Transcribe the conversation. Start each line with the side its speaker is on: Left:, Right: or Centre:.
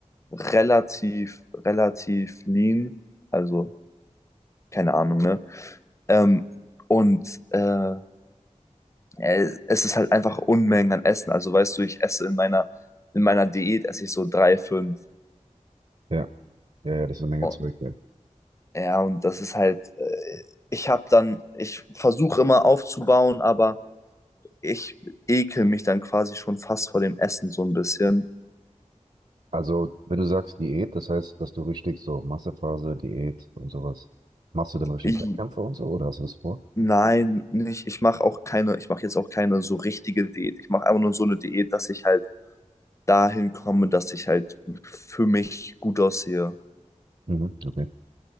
Left: relativ, relativ lean, also keine Ahnung, ne? Ähm, und äh, es es ist halt einfach Unmengen an Essen. Also weißt du, ich esse in meiner, in meiner Diät esse ich so drei, fünf.
Right: ja, ja, ja, das ist eine Menge
Left: oh,
Right: Zeug, ja.
Left: Ja, und das ist halt, äh, ich habe dann, ich versuche immer aufzubauen, aber ich ekel mich dann quasi schon fast vor dem Essen so ein bisschen.
Right: Also, wenn du sagst Diät, das heißt, dass du richtig so Massephase, Diät und sowas, machst du dann richtig
Left: Ich,
Right: Wettkämpfe und so oder hast du das vor?
Left: nein, nicht. Ich mache auch keine, ich mache jetzt auch keine so richtige Diät. Ich mache einfach nur so eine Diät, dass ich halt dahin komme, dass ich halt für mich gut aussehe.
Right: Mhm, okay.